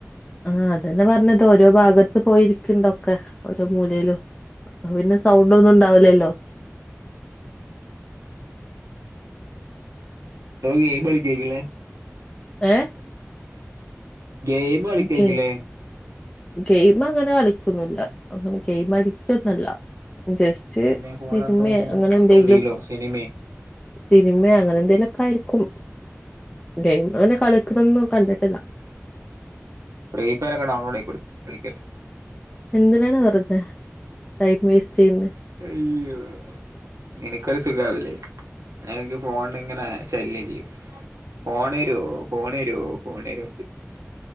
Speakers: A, on the left; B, on the right.
A: ആഹ് അതന്നെ പറഞ്ഞത് ഓരോ ഭാഗത്ത് പോയിരിക്കണ്ടൊക്കെ ഓരോ മൂലയിലും അപ്പൊ പിന്നെ സൗണ്ട് ഒന്നും ഉണ്ടാവില്ലല്ലോ
B: ദോ ഗെയിമ് കളിക്കേക്കുല്ലേ
A: ഏഹ്
B: ഗെയിം കളിക്കെക്കുല്ലേ
A: ഗെ ഗെയിം അങ്ങനെ കളിക്കന്നില്ല അങ്ങനെ ഗെയിം അടിട്ടോന്നല്ല ജസ്
B: പിന്നെ ഫോണിൽ
A: തിമേ
B: എന്താ നോക്കണു
A: അങ്ങനെ എന്തെങ്കിലും
B: റീലോ സിനിമേ
A: സിനിമ അങ്ങനെ എന്തേലൊക്കെ ആയിരിക്കും ഗെയിം അങ്ങനെ കളിക്കണന്ന് കണ്ടിട്ടില്ല
B: പ്രീഫയറൊക്കെ ഡൗൺലോഡ് ആയിക്കൊട് കളിക്കട്ടെ
A: എന്തിനാണ് വെറുതെ ടൈം വേസ്റ്റ് ചെയ്യുന്ന
B: അയ്യോ നിനിക്കൊരു സുഖവില്ലേ <unintelligible> എനിക്ക് ഫോണ ഇങ്ങനെ ശല്യം ചെയും ഫോൺരോ ഫോൺരോ ഫോൺരോ